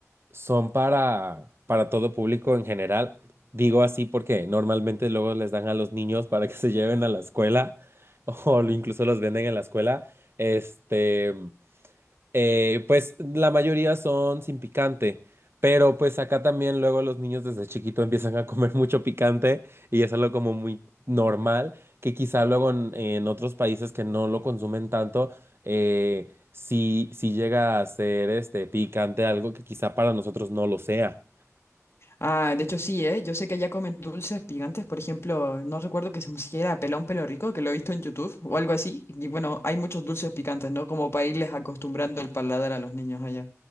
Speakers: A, on the right; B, on the left.
A: son para para todo público en general. Digo así porque normalmente luego les dan a los niños para que se lleven a la escuela <laughs> o incluso los venden en la escuela. Este, Eh, pues la mayoría son sin picante, pero pues acá también luego los niños desde chiquito empiezan a comer <laughs> mucho picante y es algo como muy normal, que quizá luego en, en otros países que no lo consumen tanto, eh, sí, sí llega a ser este picante, algo que quizá para nosotros no lo sea. <laughs>
B: Ah, de hecho sí, ¿eh? Yo sé que allá comen dulces picantes, por ejemplo, no recuerdo que se pusiera pelón pelo rico, que lo he visto en YouTube o algo así. Y bueno, hay muchos dulces picantes, ¿no? Como para irles acostumbrando el paladar a los niños allá.